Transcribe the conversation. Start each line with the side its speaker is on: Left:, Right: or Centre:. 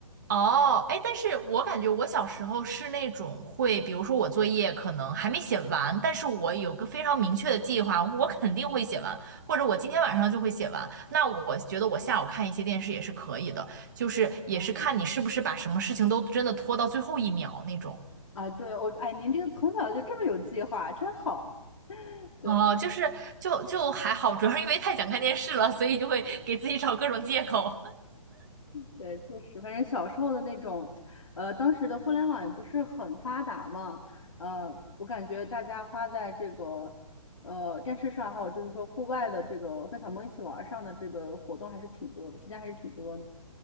Right: 哦，哎，但是我感觉我小时候是那种会，比如说我作业可能还没写完，但是我有个非常明确的计划，我肯定会写完，或者我今天晚上就会写完。那我觉得我下午看一些电视也是可以的，就是也是看你是不是把什么事情都真的拖到最后一秒那种。
Left: 哦啊，对，我，哎，您这个从小就这么有计划，真好。对。
Right: 哦，就是就就还好，主要是因为太想看电视了，所以就会给自己找各种借口。
Left: 对，确实，反正小时候的那种，呃，当时的互联网也不是很发达嘛，呃，我感觉大家花在这个，呃，电视上，还有就是说户外的这个跟小朋友一起玩儿上的这个活动还是挺多的，时间还是挺多的。